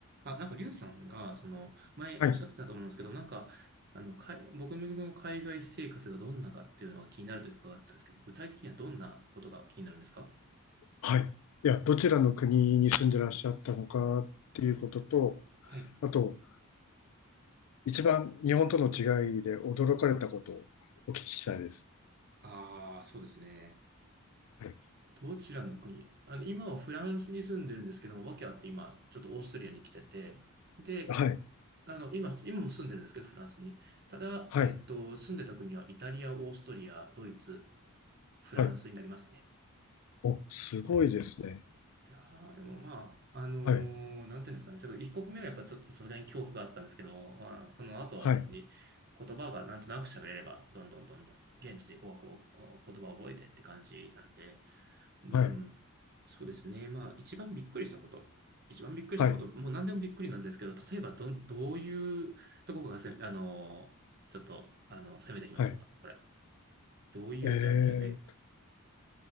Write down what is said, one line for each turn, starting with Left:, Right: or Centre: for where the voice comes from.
Right: あ、なんか、リュウさんが、その、前おっしゃってたと思うんですけど、
Left: はい。
Right: なんか、あの、かい、僕の海外生活がどんなかっていうのが気になると伺ったんですけど、具体的にはどんなことが気になるんですか
Left: はい。いや、どちらの国に住んでらっしゃったのかっていうことと、
Right: はい。
Left: あと、一番日本との違いで驚かれたことをお聞きしたいです。
Right: ああ、そうですね。
Left: はい。
Right: どちらの国あの、今はフランスに住んでるんですけども、訳あって今、ちょっとオーストリアに来てて、で、
Left: はい。
Right: あの、今、今も住んでるんですけど、フランスに。ただ、
Left: はい。
Right: えっと、住んでた国はイタリア、オーストリア、ドイツ、フランスになりますね。
Left: はい。お、すごいですね。
Right: いやーでもまあ、あのーなんていうんですかね、
Left: はい。
Right: ちょっと一刻目はやっぱちょっとさすがに恐怖があったんですけど、まあ、その後は別に
Left: はい。
Right: 言葉がなんとなく喋れれば、どんどんどんどん現地で語学を、お言葉を覚えてって感じなんで、うん、
Left: はい。
Right: そうですね。まあ、一番びっくりしたこと。一番びっくりしたこと、
Left: はい。
Right: もう何でもびっくりなんですけど、例えばどん、どういうとこがせ、あのーちょっと、あの、攻めていきましょうか。
Left: はい。
Right: これ。どういうジャンルで
Left: えー、